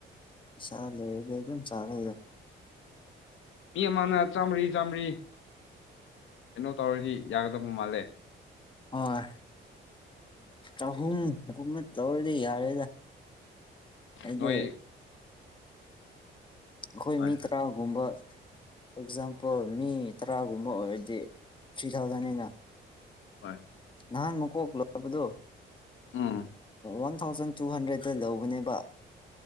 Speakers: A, on the left; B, on the left.
A: ꯁꯥ ꯂꯩꯒ ꯆꯥ <inaudible>
B: ꯃꯤ ꯑꯃꯅ ꯆꯥꯝꯃꯔꯤ ꯆꯥꯝꯃꯔꯤ ꯀꯩꯅꯣ ꯇꯧꯔꯁꯤ ꯌꯥꯒꯗꯕ ꯃꯥꯜꯂꯦ
A: ꯍꯣꯏ ꯆꯍꯨꯝꯒꯨꯝꯕ ꯇꯧꯔꯗꯤ ꯌꯥꯔꯦꯗ ꯍꯥꯏꯗꯤ
B: ꯅꯣꯏ
A: ꯑꯩꯈꯣꯏ
B: ꯍꯣꯏ
A: ꯃꯤ
B: ꯍꯣꯏ
A: ꯇꯔꯥꯒꯨꯝꯕ ꯐꯣꯔ ꯑꯦꯛꯖꯥꯝꯄꯜ ꯃꯤ ꯇꯔꯥꯒꯨꯝꯕ ꯑꯣꯏꯔꯗꯤ ꯊ꯭ꯔꯤ ꯊꯥꯎꯖꯟꯅꯤꯅ
B: ꯎꯝ ꯍꯣꯏ
A: ꯅꯥꯟ ꯃꯛ ꯍꯒꯂꯣ ꯍꯕꯗꯨ
B: ꯎꯝ
A: ꯨ ꯊꯥꯎꯖꯟ ꯇꯨ ꯍꯟꯗ꯭ꯔꯦꯗꯠꯇ ꯂꯧꯕꯅꯦꯕ